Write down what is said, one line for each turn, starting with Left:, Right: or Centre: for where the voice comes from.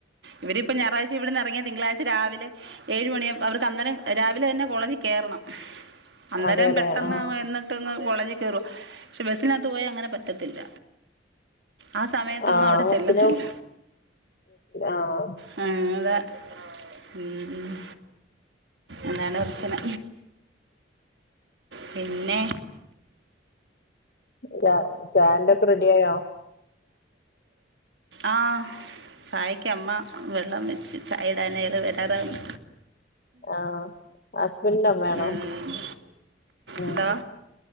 Right: ഇവരിപ്പോ ഞായറാഴ്ച ഇവിടന്ന് ഇറങ്ങിയാ തിങ്കളാഴ്ച രാവിലെ ഏഴ് മണിയാവും അവർക്ക് അന്നേരം രാവിലെ തന്നെ കോളേജിൽ കേറണം അന്നേരം
Left: അതെല്ലെ
Right: പെട്ടെന്നാവയന്ന്
Left: ആഹ്
Right: ട്ടെന്ന് കോളേജി കേറും. പക്ഷെ ബസ്സിനകത്ത് പോയാ അങ്ങനെ പറ്റത്തില്ല. ആ സമയത്തൊന്നും
Left: ആഹ്
Right: അവിടെ
Left: കൊറച്ചിന
Right: ചെല്ലത്തില്ല.
Left: ആഹ്
Right: ഹാ അതെ. ഉം അല്ലാണ്ട് പ്രശ്നല്ല പിന്നേ
Left: ചാ ചായേന്റെക്കെ റെഡിയായോ?
Right: ആഹ് ചായക്ക് അമ്മ വെ ള്ളം വെച്ച് ചായേടാനായി വരാറാവുമ്മെ
Left: ആഹ് ഹസ്ബൻഡിന്റെ അമ്മയാണോ
Right: ഉം
Left: ഉം
Right: എന്താ